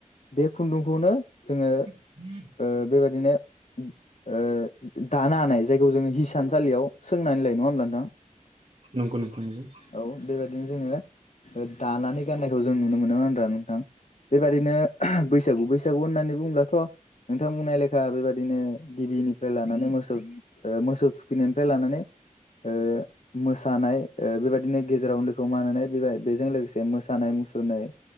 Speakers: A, on the left; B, on the right.
A: बे खुन्दुंखौनो जोङो
B: <inaudible>
A: ओ बेबायादिनो ओ दानो हानाय जायखौ जोङो हिसानसालियाव सोंनानैलायो नङा होमब्ला नोंथां?
B: नंगौ नोंथां नंगौ
A: औ बेबायदिनो जोङो दानानै गाननायखौ जों नुनो मोनोमोनब्रा नोंथां। बेबादिनो बैसागु बैसागु होननानै बुङोब्लाथ' नोंथां बुंनाय लेखा बेबायादिनो गिबिनिफ्राय लानानै मोसौ मोसौ थुखैनायनिफ्राय लानानै ओ मोसानाय ओ बेबायदिनो गेजेराव उन्दैखौ मान होनाय बे बेजों लोगोसे मोसानाय मुसुरनाय